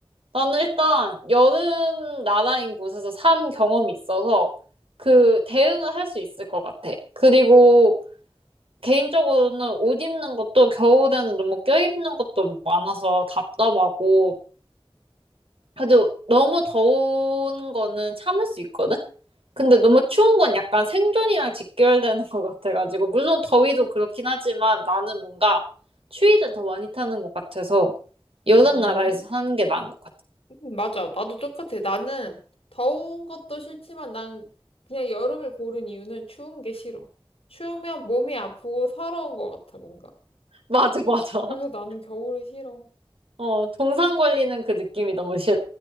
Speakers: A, on the right; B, on the left.
A: 나는 일단 여름 나라인 곳에서 산 경험이 있어서 그 대응을 할 수 있을 것 같아. 그리고 개인적으로는 옷 입는 것도 겨울에는 너무 껴입는 것도 많아서 답답하고 그래도 너무 더운 거는 참을 수 있거든? 근데 너무 추운 건 약간 생존이랑 직결되는 것 같아가지고, 물론 더위도 그렇긴 하지만 나는 뭔가 추위를 더 많이 타는 것 같아서 여름
B: 음.
A: 나라에서 사는 게 나은 것 같아.
B: 음, 맞아. 나도 똑같아. 나는 더운 것도 싫지만 난 그냥 여름을 고른 이유는 추운 게 싫어. 추우면 몸이 아프고 서러운 것 같아, 뭔가.
A: 맞아, 맞아.
B: 그래서
A: <laughs>
B: 나는 겨울이 싫어.
A: 어, 동상 걸리는 그 느낌이 너무 싫어.